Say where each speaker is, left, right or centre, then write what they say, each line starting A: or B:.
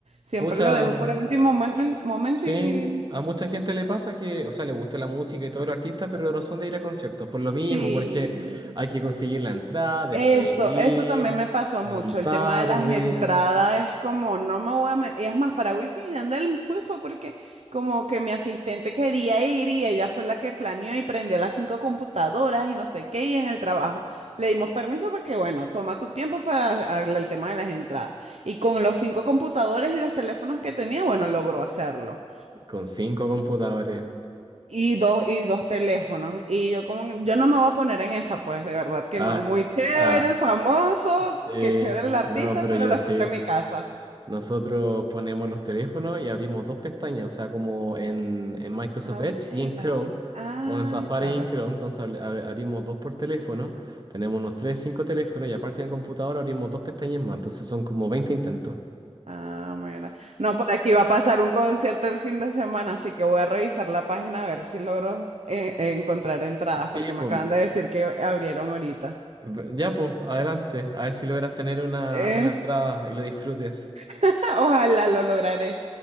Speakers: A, on the right; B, on the right.
A: Siempre
B: Pucha.
A: lo dejo para último momen- momento
B: Sí,
A: y eh,
B: a mucha gente le pasa que, o sea, le gusta la música y todos los artistas, pero no son de ir a conciertos, por lo mismo,
A: sí.
B: porque hay que conseguir la entrada, después
A: Eso,
B: ir,
A: eso también me pasó
B: son
A: mucho. El
B: tarde,
A: tema de las entradas es como, no me voy a meter. Y es más, para Wisin y Yandel fui fue porque como que mi asistente quería ir y ella fue la que planeó y prendió las cinco computadoras y no sé qué. Y en el trabajo le dimos permiso porque, bueno, toma tu tiempo para arreglar el tema de las entradas. Y con los cinco computadores y los teléfonos que tenía, bueno, logró hacerlo.
B: con cinco computadores.
A: Y dos, y dos teléfonos. Y yo como, que- yo no me voy a poner en esa, pues, de verdad que
B: Ah,
A: no. Muy
B: eh,
A: chévere
B: ah,
A: el famoso,
B: sí,
A: que chévere el artista,
B: no, pero
A: pero
B: yo
A: lo
B: sí.
A: escuché en mi casa.
B: Nosotros ponemos los teléfonos y abrimos dos pestañas, o sea, como en, en Microsoft
A: Ah,
B: Edge
A: mira.
B: y en Chrome,
A: Ah,
B: o en Safari
A: claro.
B: y en Chrome. Entonces abri- abri- abrimos dos por teléfono, tenemos unos tres, cinco teléfonos y aparte en el computador abrimos dos pestañas más. Entonces son como veinte intentos.
A: Ah, mira. No, por aquí va a pasar un concierto el fin de semana, así que voy a revisar la página a ver si logro eh, eh, encontrar entradas,
B: Sí,
A: porque
B: pues
A: me acaban de decir que abrieron ahorita.
B: ve- ya, pues, adelante. A ver si logras tener una,
A: Eh,
B: una entrada y lo disfrutes.
A: <laughs> ojalá lo lograré.